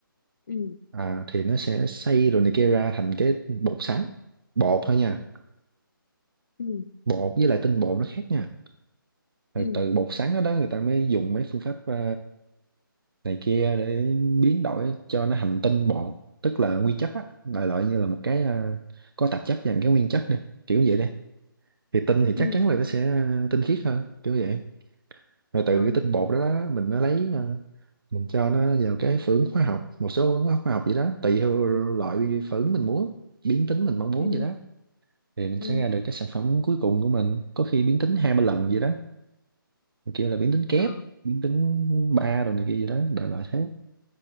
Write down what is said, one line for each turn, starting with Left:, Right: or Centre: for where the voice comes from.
Left: ừ
Right: à, thì nó sẽ xay rồi này kia ra thành cái bột sắn bột thôi nha
Left: ừ
Right: bột với lại tinh bột nó khác nha rồi
Left: ừ
Right: từ bột sắn đó, đó người ta mới dùng mấy phương pháp ờ, này kia để biến đổi cho nó thành tinh bột tức là nguyên chất á đại loại như là một cái ờ, có tạp chất dành cái nguyên chất này, kiểu vậy đi thì tinh thì
Left: ừ
Right: chắc chắn là nó sẽ ờ, tinh khiết hơn kiểu vậy rồi từ
Left: ờ
Right: cái tinh bột đó, đó mình mới lấy ờ, mình cho nó vào cái phưởng hóa học một số phưởng hóa học vậy đó tùy theo loại phưởng mình muốn biến tính mình mong muốn
Left: ừ
Right: vậy đó thì mình
Left: ừ
Right: sẽ ra được cái sản phẩm cuối cùng của mình có khi biến tính hai ba lần vậy đó mình kêu là biến tính kép
Left: ờ
Right: biến tính ba rồi này kia gì đó đại loại thế